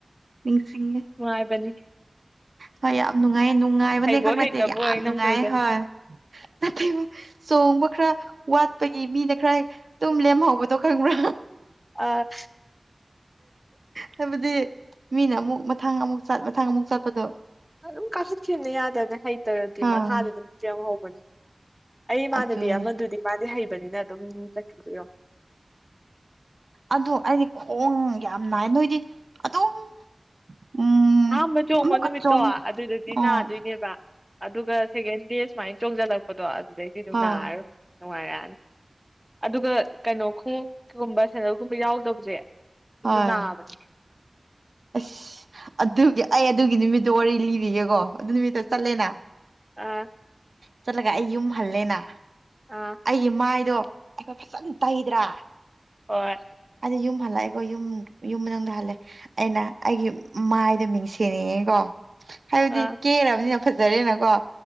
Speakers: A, on the right; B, in the centre.
A: ꯅꯤꯡꯁꯤꯡꯉꯦ
B: ꯅꯨꯉꯥꯢꯕꯅꯤ
A: ꯍꯣꯢ ꯌꯥꯝ ꯅꯨꯡꯉꯥꯢꯌꯦ ꯅꯨꯡꯉꯥꯢꯕꯅꯦ
B: ꯍꯩꯕꯣꯏ
A: ꯈꯛ ꯅꯠꯇꯦ
B: ꯍꯩꯇꯕꯣꯏ
A: ꯌꯥꯝ ꯅꯨꯡꯉꯥꯢ
B: ꯅꯪ ꯇꯧꯏꯗꯣ
A: ꯍꯣꯢ ꯅꯠꯇꯕ ꯆꯣꯡꯕ ꯈꯔ ꯋꯥꯠꯄꯒꯤ ꯃꯤꯅ ꯈꯔ ꯇꯨꯝ ꯂꯦꯝꯍꯧꯕꯗꯣ ꯈꯪꯕ꯭ꯔꯥ
B: ꯑ
A: ꯍꯥꯢꯕꯗꯤ ꯃꯤꯅ ꯑꯃꯨꯛ ꯃꯊꯪ ꯑꯃꯨꯛ ꯃꯊꯥꯡ ꯑꯃꯨꯛ ꯆꯠꯄꯗꯣ
B: ꯑꯗꯨꯝ ꯀꯥꯈꯠꯈꯤꯕꯦꯅ ꯌꯥꯗꯅ ꯍꯩꯇ꯭ꯔꯗꯤ
A: ꯑꯥ
B: ꯃꯈꯥꯗ ꯑꯗꯨꯝ ꯌꯦꯡꯍꯧꯕꯅꯦ ꯑꯩ ꯏꯃꯥꯟꯅꯕꯤ
A: ꯑꯗꯨꯅꯦ
B: ꯑꯃꯗꯨꯗꯤ ꯃꯥꯗꯤ ꯍꯩꯕꯅꯤꯅ ꯑꯗꯨꯝ ꯆꯠꯈꯤꯕꯗꯣ ꯌꯦꯡꯉꯣ
A: ꯑꯗꯨ ꯑꯩꯗꯤ ꯈꯣꯡ ꯌꯥꯝ ꯅꯥꯢ ꯅꯣꯢꯗꯤ ꯑꯗꯨꯝ ꯎꯝ
B: ꯑꯍꯥꯟꯕ ꯆꯣꯡꯕ
A: ꯑꯃꯨꯛꯀ
B: ꯅꯨꯃꯤꯠꯇꯣ
A: ꯆꯣꯡ
B: ꯑꯗꯨꯗꯗꯤ
A: ꯑꯥ
B: ꯅꯥꯗꯣꯢꯅꯦꯕ ꯑꯗꯨꯒ ꯁꯦꯀꯦꯟ ꯗꯦ ꯁꯨꯃꯥꯢꯅ ꯆꯣꯡꯖꯜꯂꯛꯄꯗꯣ ꯑꯗꯨꯗꯩꯗꯤ ꯑꯗꯨꯝ
A: ꯍꯣꯏ
B: ꯅꯥꯔꯔꯣꯢ ꯅꯨꯡꯉꯥꯢꯔꯛꯑꯅꯤ ꯑꯗꯨꯒ ꯀꯩꯅꯣ ꯈꯣꯡꯎꯞꯒꯨꯝꯕ ꯁꯦꯗꯜꯒꯨꯝꯕ ꯌꯥꯎꯗꯕꯁꯦ ꯁꯤꯁꯨ
A: ꯍꯣꯏ
B: ꯅꯥꯕꯅꯦ
A: ꯑꯁ ꯑꯗꯨꯒꯤ ꯑꯩ ꯑꯗꯨꯒꯤ ꯅꯨꯃꯤꯠꯇꯣ ꯋꯥꯔꯤ ꯂꯤꯔꯤꯒꯦꯀꯣ ꯑꯗꯨ ꯅꯨꯃꯤꯠꯇ ꯇꯠꯂꯦꯅ
B: ꯑꯥ
A: ꯆꯠꯂꯒ ꯑꯩ ꯌꯨꯝ ꯍꯜꯂꯦꯅ
B: ꯑꯥ
A: ꯑꯩꯒꯤ ꯃꯥꯢꯗꯣ ꯑꯩꯈꯣꯢ ꯐꯖꯟ ꯇꯩꯗ꯭ꯔꯥ
B: ꯍꯣꯢ
A: ꯑꯗꯨ ꯌꯨꯝ ꯍꯜꯂꯛꯑꯦꯀꯣ ꯌꯨꯝ ꯌꯨꯝ ꯃꯅꯨꯡꯗ ꯍꯜꯂꯦ ꯑꯩꯅ ꯑꯩꯒꯤ ꯃꯥꯢꯗ ꯃꯤꯡꯁꯦꯟ ꯌꯦꯡꯉꯦꯀꯣ ꯍꯥꯢꯕꯗꯤ
B: ꯑꯥ
A: ꯀꯦꯔꯃꯤꯅꯤ ꯐꯖꯔꯦꯅ ꯀꯣ